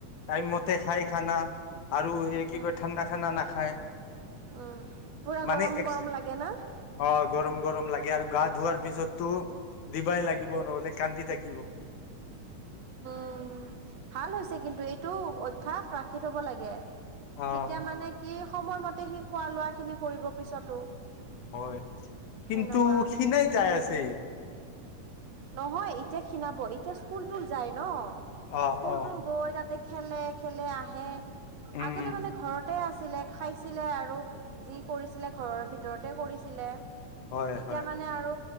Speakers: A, on the left; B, on the right.
A: টাইম ম। খাই খানা। আৰু এই কি
B: উম
A: কয় ঠাণ্ডা খানা নাখায়
B: উম পুৰা
A: মানে
B: গৰম
A: এক্স
B: গৰম লাগে না।
A: অ গৰম গৰম লাগে আৰু গা ধোৱাৰ পিছততো। দিবাই লাগিব নহ'লে কান্দি থাকিব।
B: উ ভাল হৈছে কিন্তু এইটো অভ্যয়াস ৰাখি থব লাগে।
A: অ
B: তেতিয়া মানে কি। সময়মতে সি খোৱা লোৱা খিনি কৰিব পিছতো।
A: হয় কিন্তু
B: সেনেকুৱা
A: সিনাই যাই আছে।
B: নহয় এতিয়া খিনাব এতিয়া স্কুল তুল যায় ন।
A: অ
B: ফুল
A: অ
B: তোৰ গৈ তাতে। খেলে খেলে আহে।
A: উম
B: আগতে মানে ঘৰতে আছে। ছিলে খাইছিলে আৰু যি কৰিছিলে ঘৰৰ ভিতৰতে কৰিছিলে।
A: হয়
B: এতিয়া
A: হয়
B: মানে আৰু।